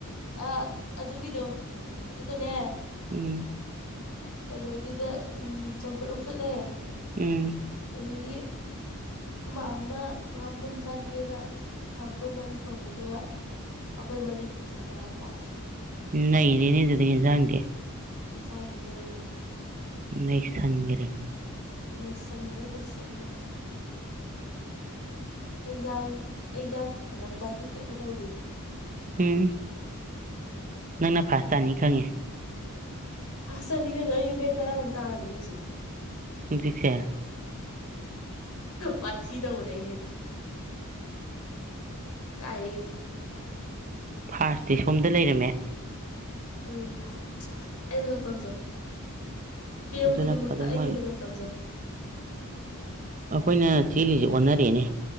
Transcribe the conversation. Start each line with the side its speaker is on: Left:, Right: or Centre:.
Left: ꯑ ꯑꯗꯨꯒꯤꯗꯣ ꯑꯗꯨꯒꯅꯦ
Right: ꯎꯝ
Left: ꯀꯩꯅꯣꯒꯤꯗ ꯎꯝ ꯆꯝꯐꯨꯠ ꯑꯃ ꯐꯨꯠꯂꯦ
Right: ꯎꯝ
Left: ꯑꯗꯒꯤ ꯈꯨꯃꯥꯝꯃꯅ ꯉꯥꯄ꯭ꯔꯨꯝ ꯆꯥꯅꯤꯡꯉꯦꯅ ꯉꯥꯄ꯭ꯔꯨꯝ ꯑꯃ ꯊꯣꯡꯉꯦ ꯑꯗꯨꯒ ꯑꯩꯈꯣꯏ ꯃꯔꯤꯈꯛ ꯆꯥꯏ ꯀꯅꯥꯝ ꯆꯥꯗꯦ
Right: ꯅꯩꯔꯦꯅꯦ ꯑꯗꯨꯗꯤ ꯏꯟꯖꯥꯡꯗꯤ
Left: ꯏꯟꯁꯥꯡꯗꯤ ꯅꯩꯔꯦ
Right: ꯅꯩꯁꯟꯒ꯭ꯔꯦ
Left: ꯅꯩꯁꯟꯒ꯭ꯔꯦ ꯅꯩꯁꯟꯒ꯭ꯔꯦ ꯑꯩ ꯌꯥꯡ ꯑꯩ ꯌꯥꯡ ꯀꯪꯗꯅꯕ ꯗꯥꯏꯇꯤꯡ ꯀꯟꯅ ꯇꯧꯔꯤꯌꯦ
Right: ꯎꯝ ꯅꯪꯅ ꯐꯥꯔꯁꯠ ꯇꯥꯅꯤ ꯈꯪꯉꯦ
Left: ꯐꯥꯁ ꯇꯥꯅꯤ ꯀꯩꯅꯣ ꯑꯩ ꯋꯦꯠ ꯇꯔꯥꯃꯨꯛ ꯇꯥꯔꯕꯅꯦ ꯍꯧꯖꯤꯛ
Right: ꯍꯧꯖꯤꯛꯁꯦ
Left: ꯋꯥꯊꯤ ꯇꯧꯕꯅꯦꯍꯦ ꯀꯥꯏꯗꯩ
Right: ꯐꯥꯔꯁꯇꯤ ꯁꯣꯝꯗ ꯂꯩꯔꯝꯃꯦ
Left: ꯎꯝ ꯑꯩ ꯃꯇꯧ ꯇꯝꯖꯧ ꯍꯤꯔꯝ
Right: ꯑꯗꯨꯅ
Left: ꯈꯨꯗꯤꯡꯃꯛꯇ
Right: ꯐꯗꯧ
Left: ꯑꯩꯒꯤ
Right: ꯃꯥꯜꯂꯤ
Left: ꯃꯇꯧ ꯇꯝꯖꯧ
Right: ꯑꯩꯈꯣꯏꯅ ꯆꯦꯜꯂꯤꯁꯡꯖꯦ ꯑꯣꯟꯅꯔꯦꯅꯦ